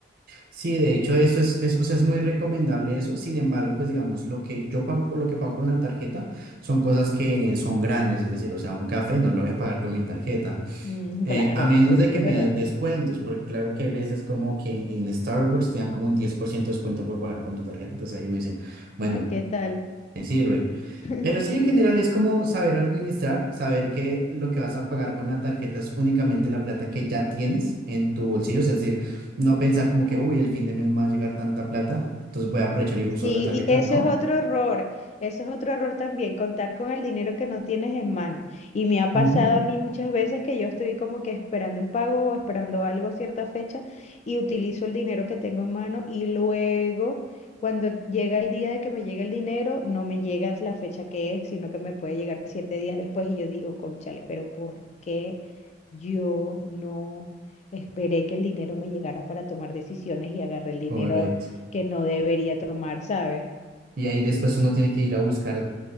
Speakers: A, on the right; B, on the left.
A: sí, de hecho eso es, es, o sea, es muy recomendable eso. Sin embargo, pues digamos, lo que yo pago, con- lo que pago con la tarjeta son cosas que son grandes, es decir, o sea, un café no lo voy a pagar con mi tarjeta.
B: Mm,
A: Eh,
B: claro,
A: a menos
B: eso
A: de
B: sí
A: que
B: es
A: me
B: verdad.
A: den descuentos, porque claro que hay veces como que en Starbucks te dan como un 10% de descuento por pagar con tu tarjeta, entonces ahí uno dice, bueno,
B: Ay, ¿qué tal?
A: me sirve.
B: <laughs>
A: Pero sí, en general es como saber administrar, saber que lo que vas a pagar con la tarjeta es únicamente la plata que ya tienes en tu bolsillo, es decir, no pensar como que, uy, el fin de mes me va a llegar tanta plata, entonces voy a aprovechar y uso
B: Sí,
A: la tarjeta,
B: y eso
A: ¿no?
B: es otro error, eso es otro error también, contar con el dinero que no tienes en mano. Y me ha pasado
A: Ujú,
B: a mí muchas veces que yo estoy como que esperando un pago o esperando algo a cierta fecha y utilizo el dinero que tengo en mano y luego cuando llega el día de que me llegue el dinero, no me llega la fecha que es, sino que me puede llegar siete días después y yo digo, cónchale, pero ¿por qué yo no esperé que el dinero me llegara para tomar decisiones y agarré el dinero?
A: Correcto.
B: que no debería tomar, ¿sabes?
A: Y ahí después uno tiene que ir a buscar